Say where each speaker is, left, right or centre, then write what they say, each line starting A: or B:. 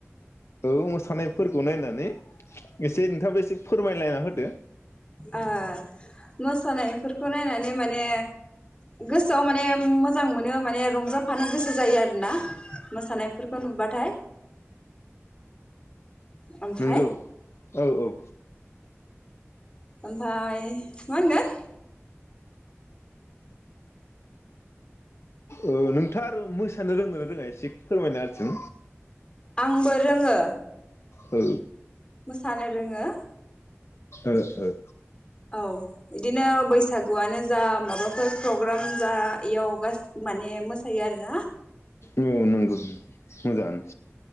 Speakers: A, on the left; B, on the left.
A: औ मोसानायफोरखौ नायनानै एसे नोंथाङाबो एसे फोरमायलायना होदो।
B: ओ मोसानायफोरखौ नायनानै माने गोसोआव माने मोजां मोनो माने रंजाफानो गोसो जायो आरोना मोसानायफोरखौ नुबाथाय। ओमफाय
A: नोंगौ औ औ।
B: ओमफाय मा होनगोन
A: ओ नोंथार मोसानो रोंदोंना रोङा एसे फोरमायना होदसुन।
B: आंबो रोङो।
A: औ
B: मोसानो रोङो।
A: ओ ओ।
B: औ इदिनो बैसागुआनो जा माबा फोर प्रग्राम जा इयाव गास माने मोसायो आर ला
A: औ नोंगौ उम मोजाङानो।